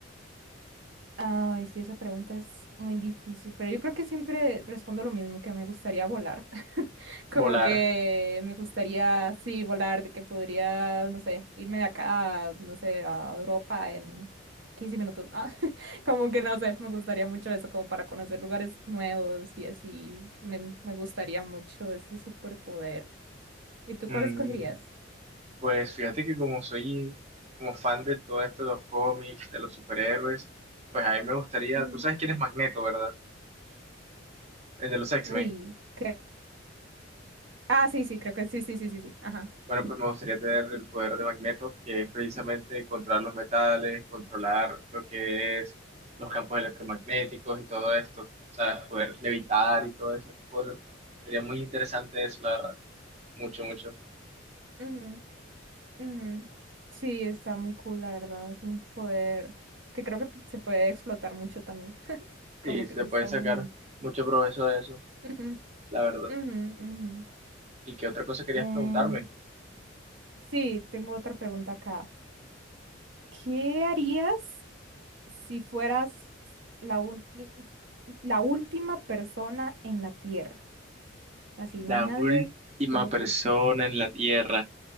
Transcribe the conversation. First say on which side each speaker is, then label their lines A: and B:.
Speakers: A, on the right (about 65°); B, on the right (about 35°).
A: Ay, sí, esa pregunta es muy difícil, pero yo creo que siempre respondo lo mismo, que me gustaría volar. <laughs> Como
B: Volar.
A: que me gustaría, sí, volar, de que podría, no sé, irme de acá, no sé, a Europa en 15 minutos. Ah, <laughs> como que no sé, me gustaría mucho eso, como para conocer lugares nuevos y así. Me, me gustaría mucho ese superpoder. ¿Y tú
B: Mm,
A: cuál escogerías?
B: pues fíjate que como soy como fan de todo esto de los cómics, de los superhéroes, pues a mí me gustaría,
A: Mm,
B: tú sabes quién es Magneto, ¿verdad? El de los X-Men.
A: Uy, creo. Ah, sí, sí, creo que sí, sí, sí, sí, sí. Ajá.
B: Bueno, pues me gustaría tener el poder de Magneto, que es precisamente controlar los metales, controlar lo que es los campos electromagnéticos y todo esto, ¿sabes? Poder levitar y todas esas cosas. Sería muy interesante eso, la verdad. Mucho, mucho.
A: Ujú, ujú. Sí, está muy cool, la verdad. Es un poder que creo que p- se puede explotar mucho también. <laughs> Como
B: Y se
A: que sí está
B: puede sacar
A: muy...
B: mucho provecho de eso,
A: Ujú,
B: la verdad.
A: ujú, ujú.
B: ¿Y qué otra cosa querías
A: Em,
B: preguntarme?
A: sí, tengo otra pregunta acá. ¿Qué harías si fueras la uni- la última persona en la Tierra? Así, no
B: La
A: hay nadie,
B: última
A: solo
B: persona
A: tú.
B: en la Tierra.